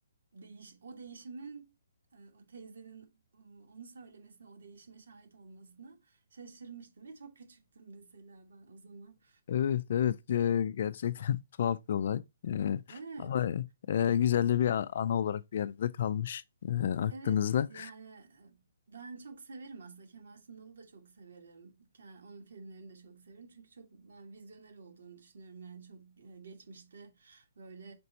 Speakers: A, on the right; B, on the left.
A: değiş o değişimin e, o teyzenin e, onu söylemesine o değişime şahit olmasına şaşırmıştım ve çok küçüktüm mesela ben o zaman.
B: Evet evet e, gerçekten <laughs> tuhaf bir olay. E,
A: Evet.
B: ama e, güzel de bir a- ana olarak bir yerde kalmış e, aklınızda.
A: Evet yani e, ben çok severim aslında Kemal Sunal'ı da çok severim. Ke- Onun filmlerini de çok severim. Çünkü çok ben vizyoner olduğunu düşünüyorum. Yani çok e, geçmişte böyle